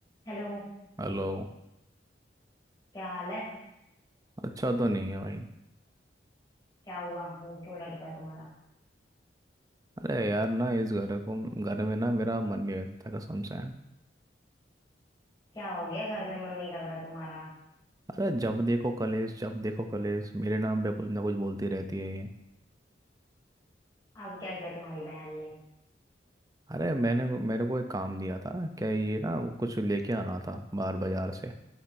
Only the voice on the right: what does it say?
Hello
अच्छा तो नहीं है भाई
अरे यार ना इस घर को घर में ना मेरा मन नहीं लगता कसम से
अरे जब देखो कलेश जब देखो कलेश मेरे नाम पे कुछ ना कुछ बोलती रहती है ये
अरे मैंने मेरे को एक काम दिया था क्या ये ना वो कुछ लेके आना था बाहर बाजार से